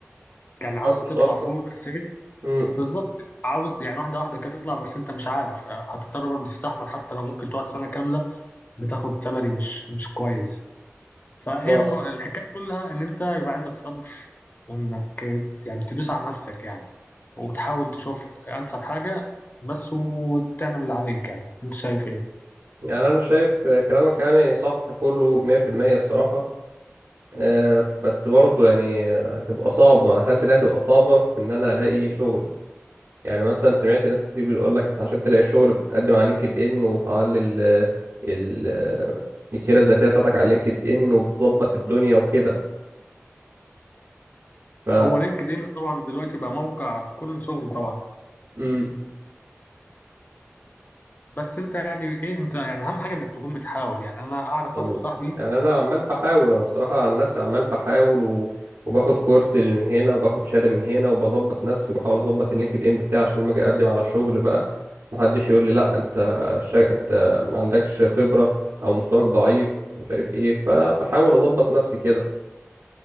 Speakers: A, on the left; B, on the right.
A: كان عاوز
B: أظبط
A: تطلع
B: أكتر
A: فوق السجن
B: امم
A: بالظبط عاوز يعني واحدة واحدة كده تطلع بس انت مش عارف هتضطر برضه تستحمل حتى لو ممكن تقعد سنة كاملة بتاخد سالري مش مش كويس فهي
B: اه
A: الم... الحكاية كلها ان انت يبقى عندك صبر وانك يعني تدوس على نفسك يعني وتحاول تشوف انسب حاجة بس وتعمل اللي عليك يعني انت شايف ايه
B: يعني أنا شايف آه، كلامك يعني صح كله 100% الصراحة آه بس برضه يعني آه، هتبقى صعبة حاسس إنها هتبقى صعبة في إن أنا ألاقي شغل يعني مثلا سمعت ناس كتير بتقول لك أنت عشان تلاقي شغل بتقدم على لينكد إن وتعلي ال ال آه، السيرة الذاتية بتاعتك على لينكد إن وبتظبط الدنيا وكده ف
A: هو لينكد ان طبعا دلوقتي بقى موقع كل شغل طبعا
B: مم.
A: بس انت يعني ايه انت يعني اهم حاجة انك تكون بتحاول يعني انا اعرف
B: والله.
A: واحد صاحبي
B: يعني انا عمال بحاول انا صراحة عن نفسي عمال بحاول و... وباخد كورس من هنا وباخد شهادة من هنا وبظبط نفسي وبحاول اظبط اللينكد ان بتاعي عشان لما اجي اقدم على شغل بقى محدش يقول لي لا انت شا... انت ما عندكش خبرة او مستواك ضعيف مش عارف ايه فبحاول اظبط نفسي كده